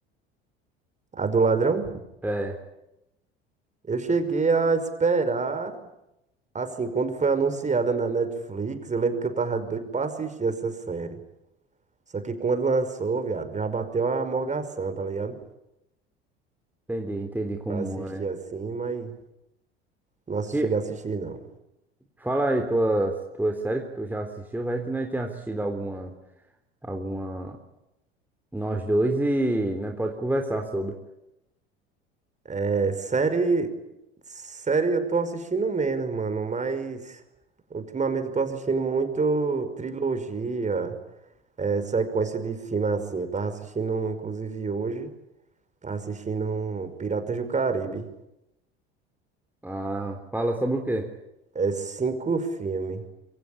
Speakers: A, on the right (about 25°); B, in the centre.
A: A do Ladrão?
B: É,
A: Eu cheguei a esperar, assim, quando foi anunciada na Netflix, eu lembro que eu tava doido pra assistir essa série. Só que quando lançou, viado, já bateu a morgação, tá ligado?
B: entendi, entendi como
A: Pra assistir
B: é.
A: assim, mas não assisti-
B: E
A: cheguei a assistir, não.
B: fala aí tuas, tuas séries que tu já assistiu, vai que nós tenha assistido alguma, alguma, nós dois e nós pode conversar sobre.
A: É, série. Série eu tô assistindo menos, mano, mas. Ultimamente eu tô assistindo muito trilogia, é, sequência de filme assim. Eu tava assistindo, inclusive hoje, tava assistindo Piratas do Caribe.
B: Ah, fala sobre o quê?
A: É cinco filmes.